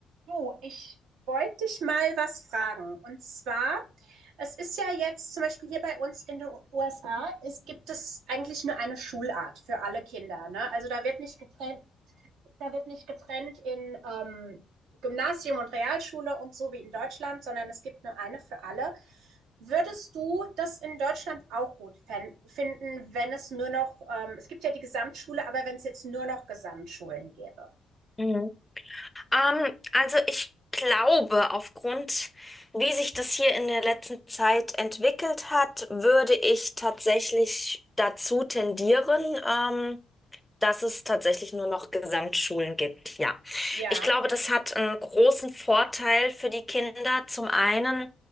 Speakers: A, on the right; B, in the centre.
A: Du, ich wollte dich mal was fragen. Und zwar, es ist ja jetzt zum Beispiel hier bei uns in den U- USA, es gibt es eigentlich nur eine Schulart für alle Kinder, ne? Also da wird nicht getrennt, da wird nicht getrennt in ähm, Gymnasium und Realschule und so wie in Deutschland, sondern es gibt nur eine für alle. Würdest du das in Deutschland auch gut fän- finden, wenn es nur noch, ähm, es gibt ja die Gesamtschule, aber wenn es jetzt nur noch Gesamtschulen gäbe?
B: Mhm. Ähm, also ich glaube, aufgrund, wie sich das hier in der letzten Zeit entwickelt hat, würde ich tatsächlich dazu tendieren. ähm, dass es tatsächlich nur noch Gesamtschulen gibt, ja.
A: Ja,
B: Ich glaube, das hat einen großen Vorteil für die Kinder. Zum einen